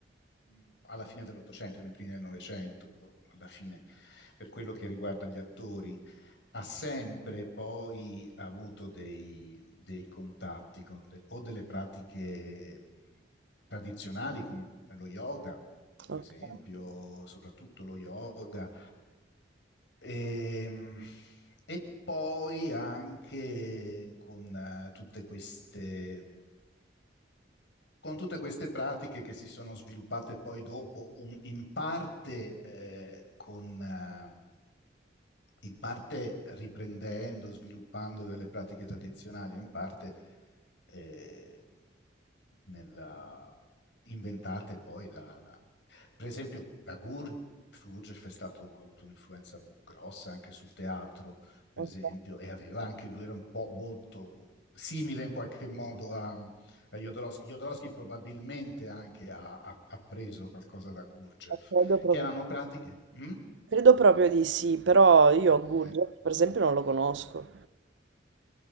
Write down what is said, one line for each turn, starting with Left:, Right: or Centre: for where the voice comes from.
Left: mm, alla fine dell'Ottocento, nei primi del Novecento, alla fine, per quello che riguarda gli attori, ha sempre poi avuto dei, dei contatti con del- o delle pratiche mm, tradizionali come lo yoga
Right: Ok,
Left: per esempio, soprattutto lo yoga. E, e poi anche con eh, tutte queste con tutte queste pratiche che si sono sviluppate poi dopo, um, in parte, eh, con, eh, in parte riprendendo, sviluppando delle pratiche tradizionali, e in parte eh, nella- inventate poi da, da- per esempio, da Gurdjieff. Gurdjieff è stato, ha avuto un'influenza grossa anche sul teatro, per
Right: ok,
Left: esempio, e aveva anche lui era un po' molto simile in qualche modo a eh, Jodorowsky. Jodorowsky probabilmente anche ha, ha- ha preso qualcosa da Gurdjieff,
Right: eh, Credo proprio,
Left: che erano pratiche... Mm?
Right: credo proprio di sì, però io Gurdjieff
Left: Eh.
Right: per esempio non lo conosco.